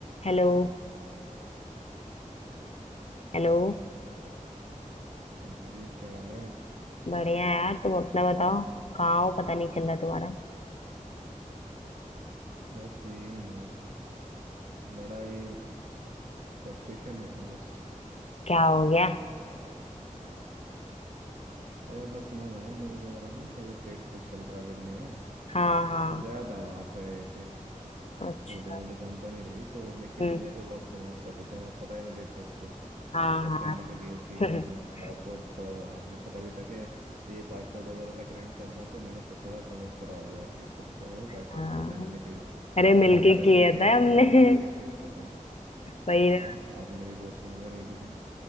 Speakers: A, on the left; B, on the right.
A: Hello Hello
B: हाँ जी क्या हाल है
A: बढ़िया यार तुम अपना बताओ कहाँ हो पता नहीं चल रहा तुम्हारा
B: बस यही हूँ बड़ा ही फ्रस्ट्रेशन में हूँ बस
A: क्या हो गया
B: अरे आपने सुना था ना न्यूज़ वगैरह में कि अभी ट्रेड फेयर चल रहा है दिल्ली में
A: हाँ हाँ
B: तो गया था वहाँ पे एक
A: अच्छा
B: छोटी मोटी कंपनी थी तो मेक इन
A: हम्म
B: इंडिया को बहुत प्रमोट कर रही थी मैं पता ही मैं देशभक्त हूँ
A: हाँ
B: और
A: हाँ
B: चाइना के अगेंस्ट ही
A: <laughs>
B: है तो बाइकआउट पर आपने पता भी था कि ये बाइकआउट वगैरह का ट्रेंड चल रहा तो मैंने सबसे ज़्यादा प्रमोट करा होगा इस चीज़ को कि भाई बाइकआउट
A: हाँ
B: करो चाइना की चीज़ें
A: अरे
B: हमारे
A: मिलके
B: पैसे
A: किया
B: लेके
A: था
B: जाता
A: हमने
B: है और हमारे
A: <laughs>
B: अगेंस्ट यूज़ करता है
A: वही
B: हाँ
A: ना
B: आपने भी पोस्टिंग वगैरह की